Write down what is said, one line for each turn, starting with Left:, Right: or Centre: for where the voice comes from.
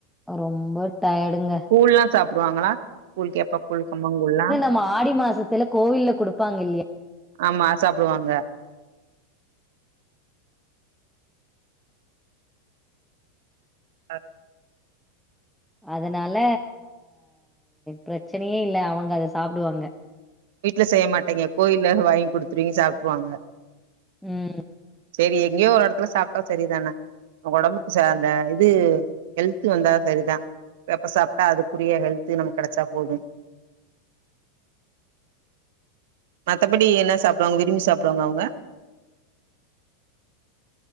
Centre: ரொம்ப டயர்டுங்க
Right: கூழ்ல்லா சாப்புடுவாங்களா கூழ் கேப்ப கூழ் கம்பங்கூழ்ல்லா
Centre: ஆமா ஆடி மாசத்துல கோவில்ல குடுப்பாங்க இல்லையா
Right: ஆமா அத் சாப்புடுவாங்க அ
Centre: அதுனால பிரச்சனையே இல்ல அவுங்க அத சாப்புடுவாங்க
Right: வீட்ல செய்ய மாட்டெங்கெ கோயில்ல வாங்கி் குடுத்துருவிங்க சாப்ட்ருவாங்க
Centre: ம்
Right: சேரி எங்கெயோ ஒரு எடத்துல சாப்ட்டா செரிதான ஒ ஒடம்புக்கு ச அந்த இது ஹெல்த்து வந்தா சரிதா எப்ப சாப்ட்டா அதுக்குரிய ஹெல்த்து நமக் கெடச்சா போது மத்தபடி என்ன சாப்டுவாங்க விரும்பி சாப்டுவாங்க அவுங்க